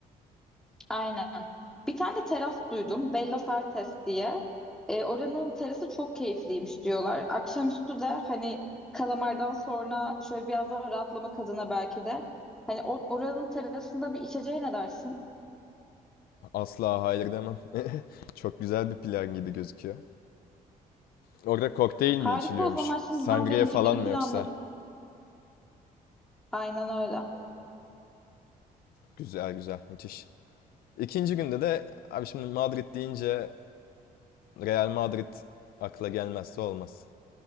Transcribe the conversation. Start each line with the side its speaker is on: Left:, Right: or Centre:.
Centre: Aynen. Bir tane de teras duydum. Bella Sartes diye. E, oranın terası çok keyifliymiş diyorlar. Akşamüstü de hani kalamardan sonra şöyle biraz daha rahatlamak adına belki de. Hani o- oranın terasında bir içeceğe ne dersin?
Left: Asla hayır demem. <laughs> Çok güzel bir plan gibi gözüküyor. Orada kokteyl
Centre: Harika
Left: mi içiliyormuş?
Centre: o zaman şimdiden
Left: Sangria
Centre: birinci
Left: falan
Centre: günü
Left: mı
Centre: planladık.
Left: yoksa?
Centre: Aynen öyle.
Left: Güzel güzel müthiş. İkinci günde de abi şimdi Madrid deyince Real Madrid akla gelmezse olmaz.